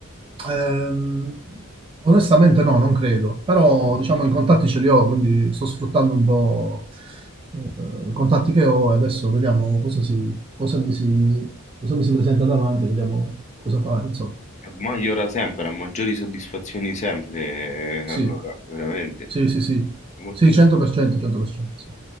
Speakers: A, on the right; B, on the left.
A: Ehm, onestamente no, non credo, però diciamo i contatti ce li ho, quindi sto sfruttando un po' eh, i contatti che ho e adesso vediamo cosa, si, cosa, mi si, cosa mi si presenta davanti, vediamo cosa fare, insomma.
B: A Maggiora sempre, a maggiori soddisfazioni sempre, eh,
A: Sì,
B: allora, veramente.
A: sì, sì, sì,
B: Molto
A: sì, 100%, 100%, sì,